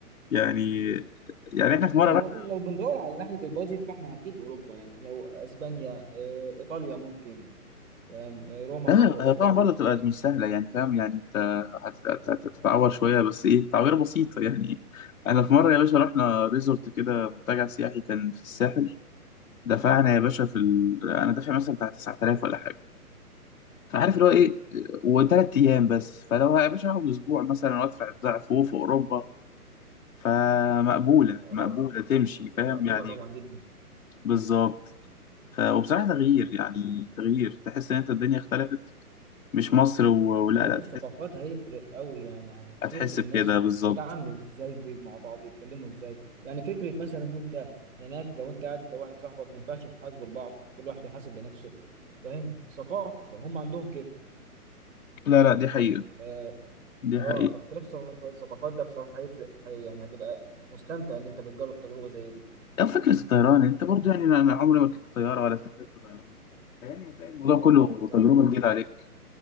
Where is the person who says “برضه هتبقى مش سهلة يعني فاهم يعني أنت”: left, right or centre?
Left